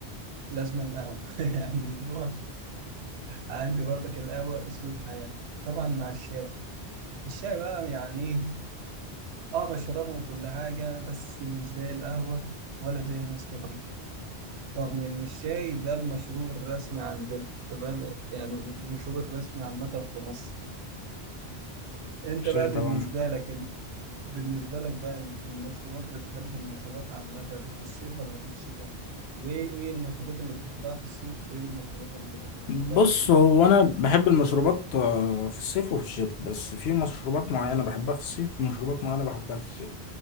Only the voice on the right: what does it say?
لازما قهوه <laughs> يعني اللي هو عندي برضك القهوة أسلوب حياة طبعا مع الشاي الشاي بقى يعني إيه آه بشربه وكل حاجة بس مش زي القهوة ولا زي النسكافيه رغم إن الشاي ده المشروب الرسمي عندنا تمام يعني المشروب الرسمي عامة في مصر أنت
بقى بالنسبة
لك بالنسبة لك بقى المشروبات بتحب المشروبات عامة في الصيف ولا في الشتاء؟ وإيه وإيه المشروبات اللي بتحبها في الصيف وإيه المشروبات اللي اللي بتحبها
في الشتاء؟